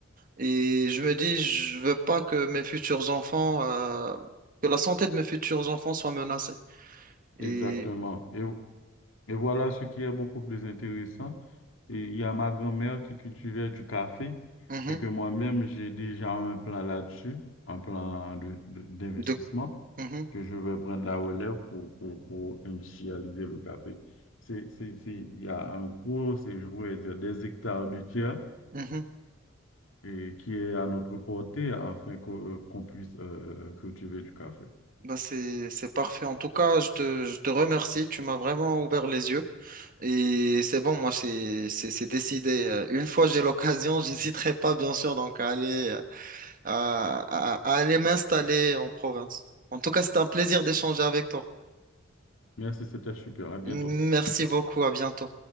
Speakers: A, on the right (about 45°); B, on the left (about 70°).
A: Et je me dis, je veux pas que mes futurs enfants, euh, que la santé de mes futurs enfants soit menacée. Et
B: Exactement. Et, et voilà ce qui est beaucoup plus intéressant. Et il y a ma grand-mère qui cultivait du café
A: mhm,
B: et que moi-même, j'ai déjà un plan là-dessus, un plan de- de- d'investissement
A: de, mhm,
B: que je vais prendre la relève pour, pour, pour industrialiser le café. C'est, c'est, c'est, il y a un gros, c'est, je pourrais dire, des hectares de terre
A: mhm.
B: et qui est à notre portée afin qu'on qu'on puisse euh, euh, cultiver du café.
A: Bah, c'est, c'est parfait. En tout cas, je te, je te remercie. Tu m'as vraiment ouvert les yeux. Et c'est bon, moi, c'est, c'est, c'est décidé. Euh, Une fois j'ai l'occasion, <laughs> j'hésiterai pas, bien sûr, donc à aller. à, à- à aller m'installer en province. En tout cas, c'était un plaisir d'échanger avec toi.
B: Merci, c'était super. À bientôt.
A: Merci beaucoup, à bientôt.